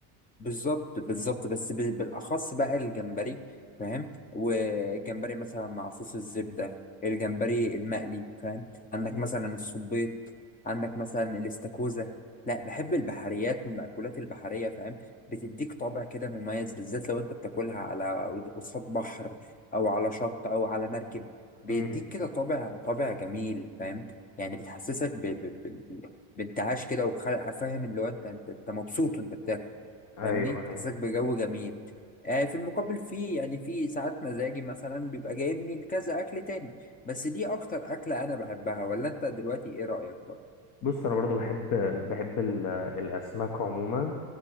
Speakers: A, on the left (about 20°); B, on the left (about 45°).
A: بالظبط بالظبط بس ب- بالاخص بقى الجمبري فاهم والجمبري مثلا مع صوص الزبده الجمبري المقلي فاهم عندك
B: مم.
A: مثلا الصبيط عندك مثلا الاستاكوزا لا بحب البحريات والمأكولات البحريه فاهم بتديك طابع كده مميز بالذات لو انت بتاكلها على قصاد بحر او على شط او على مركب بيديك
B: مم.
A: كده طابع طابع جميل فاهم يعني بتحسسك ب... ب... ب... بانتعاش كده وخلق فاهم اللي هو انت انت أنت مبسوط وانت بتاكل
B: ايوه
A: فاهمني تحسسك
B: ايوه
A: بجو جميل آه في المقابل في يعني في ساعات مزاجي مثلا بيبقى جايبني لكذا أكل تاني بس دي أكتر أكلة أنا بحبها ولا أنت دلوقتي إيه رأيك برضه؟
B: بص انا برضو بحب بحب ال- الاسماك عموما